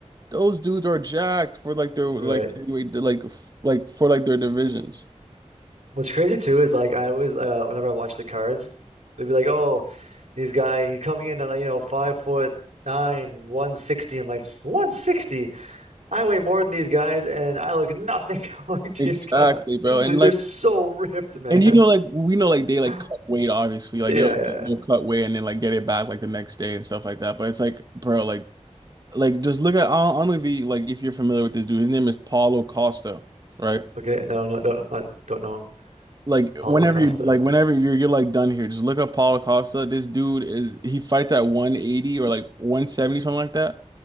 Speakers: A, on the right; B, on the right.
A: those dudes are jacked for like their
B: right.
A: like anyway like f- like for like their divisions.
B: What's crazy too is like I always uh whenever I watch the cards, they'd be like, "Oh, this guy he coming in at like, you know five foot nine, one sixty." I'm like, "160? I weigh more than these guys, and I look nothing <laughs> like
A: Exactly,
B: these guys.
A: bro. And
B: Like
A: like
B: they're so ripped, man."
A: And you know, like we know, like they like
B: <laughs>
A: cut weight, obviously. Like
B: Yeah,
A: they'll
B: yeah. yeah.
A: they'll cut weight and then like get it back like the next day and stuff like that. But it's like, bro, like like just look at I don't, I don't know if you like if you're familiar with this dude. His name is Paulo Costa, right?
B: Okay, no, no, don't, not, don't know
A: Like
B: Paulo
A: whenever
B: Costa.
A: you like whenever you're you're like done here, just look up Paulo Costa. This dude is he fights at 180 or like 170, something like that.